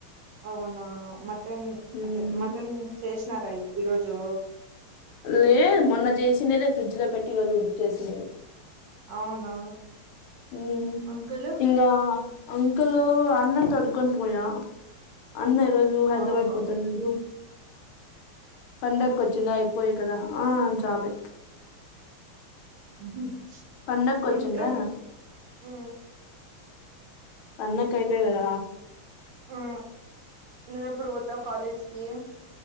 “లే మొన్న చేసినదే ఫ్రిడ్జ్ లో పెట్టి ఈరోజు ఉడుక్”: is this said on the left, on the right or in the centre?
Left